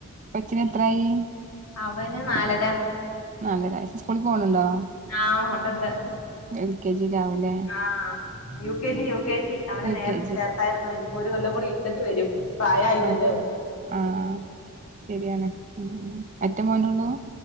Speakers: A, on the right; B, on the left.
A: കൊച്ചിനെത്രായി
B: അവന് നാലര
A: നാലര വയസ്സ് സ്കൂളിൽ പോണുണ്ടോ
B: ആ ഉണ്ടുണ്ട്
A: എൽകെ ജിയിലാവൂലേ
B: ആഹ് യുകെജി
A: അത്
B: യുകെജി അവനെ
A: യു
B: നേരത്തെ
A: കെ ജി
B: ചേർത്തായിരുന്നു ഇനിപ്പോ ഒരു കൊല്ലം കൂടി ഇരുത്തേണ്ടി വരും പ്രായായില്ലല്ലോ
A: ആഹ് ആഹ് ശരിയാണ് മ്മ് ഒറ്റ മോനൊള്ളു